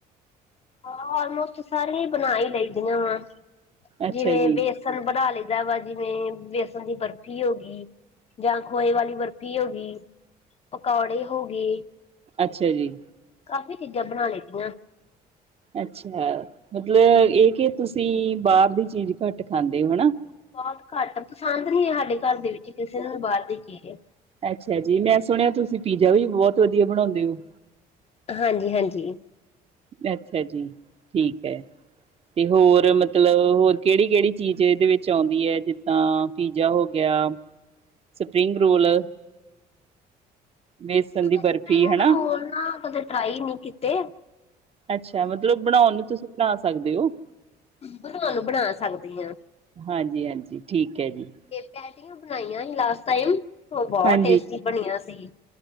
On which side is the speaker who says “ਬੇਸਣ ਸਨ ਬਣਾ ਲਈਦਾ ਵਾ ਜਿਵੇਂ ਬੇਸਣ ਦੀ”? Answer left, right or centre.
Left